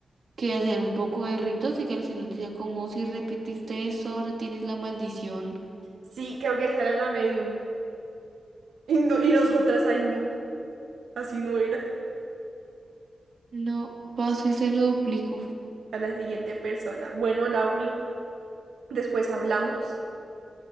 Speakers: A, on the right; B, on the right.
A: que hacían un poco de ritos y que al final decía como si repetiste eso, ahora tienes la maldición.
B: Sí, creo que esa era la medium. Y, no, y nosotras, ay no, así no era.
A: No, paso y se lo duplico.
B: A la siguiente persona. Bueno, Lauri, después hablamos.